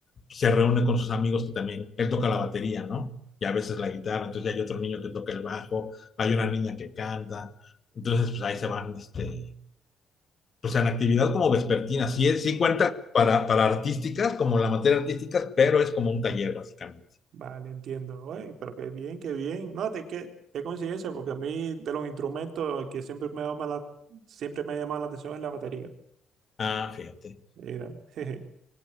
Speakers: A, on the left (about 45°); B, on the right (about 70°).
A: se reúne con sus amigos que también, él toca la batería, ¿no? Y a veces la guitarra, entonces hay otro niño que toca el bajo, hay una niña que canta, entonces pues ahí se van, este, pues en actividad como vespertina, sí, es- sí
B: ujú.
A: cuenta para, para artísticas, como la materia artísticas, pero es como un taller básicamente.
B: Vale, entiendo, güey, pero qué bien, qué bien. No, de qué, qué coincidencia, porque a mí de los instrumentos el que siempre me llama la, siempre me ha llamado la atención es la batería.
A: Ah, fíjate.
B: Mira, <laughs> jeje.